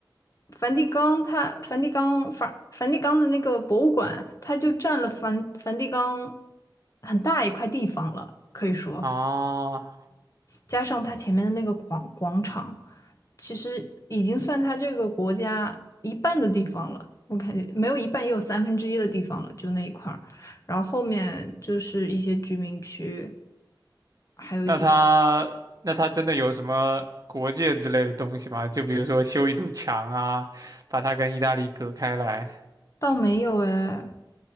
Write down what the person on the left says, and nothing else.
梵蒂冈它，梵蒂冈梵梵蒂冈的那个博物馆，它就占了梵梵蒂冈很大一块地方了，可以说。
加上它前面的那个广广场，其实已经算它这个国家一半的地方了。我感觉没有一半，也有三分之一的地方了，就那一块儿。然后后面就是一些居民区，还有一些
倒没有哎，